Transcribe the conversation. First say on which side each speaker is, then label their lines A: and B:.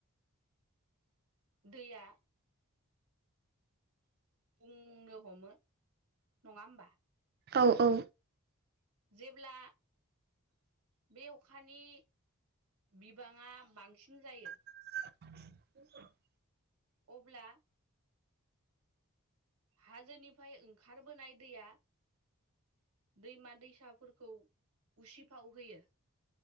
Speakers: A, on the right; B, on the right.
A: दैया बुंनो हमो नङा होमबा?
B: औ औ।
A: जेब्ला बे अखानि बिबाङा बांसिन जायो
B: <unintelligible>
A: अब्ला हाजोनिफ्राय ओंखारबोनाय दैया दैमा दैसाफोरखौ उसिफाव होयो।